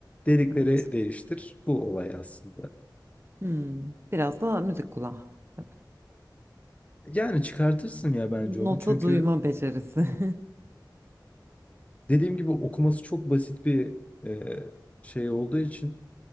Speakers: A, on the left; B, on the right.
A: Delikleri
B: Evet.
A: değiştir. Bu olay aslında.
B: Hmm. Biraz da müzik kulağı. Tabii.
A: Yani çıkartırsın ya bence
B: Nota
A: onu. Çünkü
B: duyma becerisi. <laughs>
A: dediğim gibi okuması çok basit bir e, şey olduğu için,